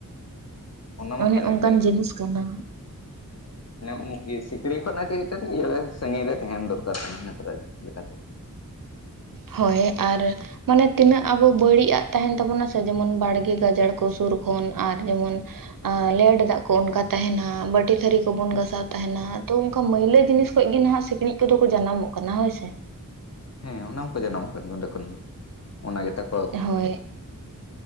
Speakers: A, on the left; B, on the right.
A: ᱚᱱᱟ ᱢᱟ
B: ᱚᱱᱮ
A: ᱠᱟᱱ
B: ᱚᱱᱠᱟᱱ
A: ᱜᱮ
B: ᱡᱤᱱᱤᱥ ᱠᱟᱱᱟ ᱾
A: ᱦᱮᱸ ᱩᱸ ᱤᱭᱟᱹ ᱥᱤᱠᱲᱤᱡ ᱠᱷᱚᱡ ᱚᱱᱟ ᱛᱮᱜᱮ ᱛᱚ ᱤᱭᱟᱹ ᱨᱮ ᱥᱟᱺᱜᱤᱧ ᱨᱮ ᱛᱟᱸᱦᱮᱱ ᱫᱚᱨᱠᱟᱨ ᱠᱟᱱᱟ <unintelligible> ᱞᱮᱠᱟᱛᱮ ᱾
B: ᱦᱳᱭ ᱟᱨ ᱢᱟᱱᱮ ᱛᱤᱱᱟᱹᱜ ᱼᱼ ᱟᱵᱚ ᱵᱟᱹᱲᱤᱡᱼᱟᱜ ᱛᱟᱸᱦᱮᱱ ᱛᱟᱵᱚᱱᱟ ᱥᱮ ᱡᱮᱢᱚᱱ ᱵᱟᱲᱜᱮ ᱜᱟᱡᱟᱲ ᱠᱚ ᱥᱩᱨ ᱠᱷᱚᱱ ᱟᱨ ᱡᱮᱢᱚᱱ ᱼᱼ ᱟ ᱞᱮᱰ ᱫᱟᱜ ᱠᱚ ᱚᱱᱠᱟ ᱛᱟᱸᱦᱮᱱᱟ ᱵᱟᱹᱴᱤ ᱼᱼ ᱛᱷᱟᱹᱨᱤ ᱠᱚ ᱵᱚᱱ
A: ᱦᱩᱸ
B: ᱜᱟᱥᱟᱣ ᱛᱟᱸᱦᱮᱱᱟ ᱛᱚ ᱚᱱᱠᱟ ᱢᱟᱹᱭᱞᱟᱹ ᱡᱤᱱᱤᱥ
A: ᱦᱩᱸ
B: ᱠᱷᱚᱡ ᱜᱮ ᱱᱟᱦᱟᱜ ᱥᱤᱠᱬᱤᱡ ᱠᱚ ᱫᱚ ᱠᱚ ᱡᱟᱱᱟᱢᱚᱜ ᱠᱟᱱᱟ ᱦᱳᱭ ᱥᱮ ᱾
A: ᱦᱮᱸ ᱚᱱᱟ ᱦᱚᱸᱠᱚ ᱡᱟᱱᱟᱢᱚᱜ ᱠᱟᱱ ᱜᱮᱭᱟ ᱚᱸᱰᱮ ᱠᱷᱚᱱ ᱜᱮ ᱾ ᱚᱱᱟ ᱜᱮ ᱛᱟᱠᱚ ᱼᱼ
B: ᱦᱳᱭ ᱾